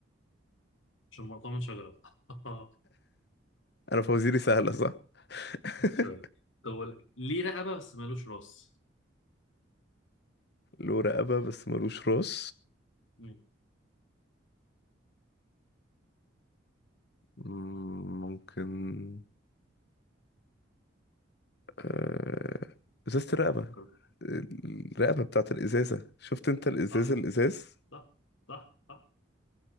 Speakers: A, on the left (about 75°); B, on the left (about 55°).
A: عشان مقطوع من شجرة <laughs>
B: انا فوازيري سهلة صح <laughs>
A: شوية طب ولا ليه رقبة بس مالوش راس
B: له رقبة بس ملوش راس
A: مم.
B: مم، ممكن آه، ازازة الرقبة
A: فكر.
B: الرقبة بتاعت الازازة شفت انت الازازة
A: صح
B: الازاز
A: صح صح صح